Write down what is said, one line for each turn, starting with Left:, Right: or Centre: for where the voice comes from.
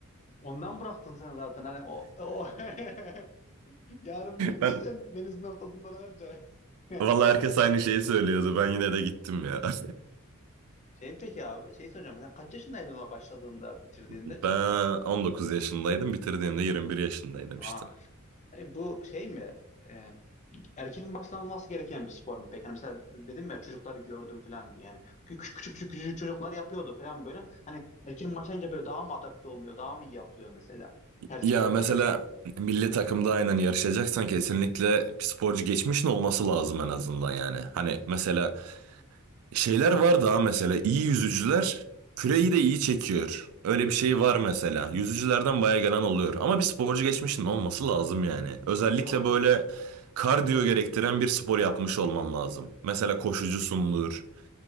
Left: ondan bıraktın sen zaten hani o, o <laughs> yarın bir gün
Right: Ben
Left: düşsen denizin ortasında ne yapacaksın? <laughs>
Right: vallahi herkes aynı şeyi söylüyordu. Ben yine de gittim ya. <laughs>
Left: Şey peki abi şey soracağım sen kaç yaşındaydın ona başladığında bitirdiğinde?
Right: Ben 19 yaşındaydım, bitirdiğimde 21 yaşındaydım
Left: Aa,
Right: işte.
Left: hani bu şey mi e, erken başlanması gereken bir spor mu peki? Hani mesela dedim ya çocukları gördüm falan diye yani küçük küçük küçük, küçük çocuklar yapıyordu falan böyle hani erken başlayınca böyle daha mı adapte olmuyor daha mı iyi yapılıyor mesela her spor
Right: Ya
Left: gibi?
Right: mesela milli takımda aynen yarışacaksan kesinlikle bir sporcu geçmişin olması lazım en azından yani. Hani mesela şeyler var daha mesela iyi yüzücüler küreyi de iyi çekiyor. Öyle bir şey var mesela. Yüzücülerden baya gelen oluyor. Ama bir sporcu geçmişin olması lazım yani. Özellikle
Left: Ha.
Right: böyle kardiyo gerektiren bir spor yapmış olman lazım. Mesela koşucusundur.